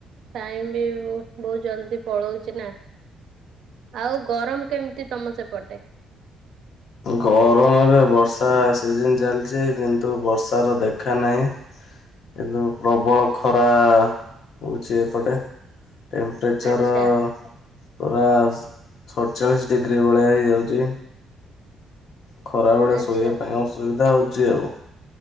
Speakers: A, on the right; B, on the left.
A: ଟାଇମ ବି ବହୁତ ଜଲଦି ପଳଉଛି ନା। ଆଉ ଗରମ କେମିତି ତମ ସେପଟେ?
B: ଗରମ ଏବେ ବର୍ଷା ସିଜନ ଚାଲିଛି। କିନ୍ତୁ, ବର୍ଷାର ଦେଖା ନାହିଁ। କିନ୍ତୁ, ପ୍ରବଳ ଖରା ହଉଛି ଏପଟେ। ଟେମ୍ପରେଚର୍
A: ଆଚ୍ଛା
B: ପୂରା ଷତଚାଳିଶ ଡିଗ୍ରୀ ଭଳିଆ ହେଇଯାଉଛି। ଖରାବେଳେ
A: ଆଚ୍ଛା।
B: ଶୋଇବା ପାଇଁ ଅସୁବିଧା ହେଉଛି ଆଉ।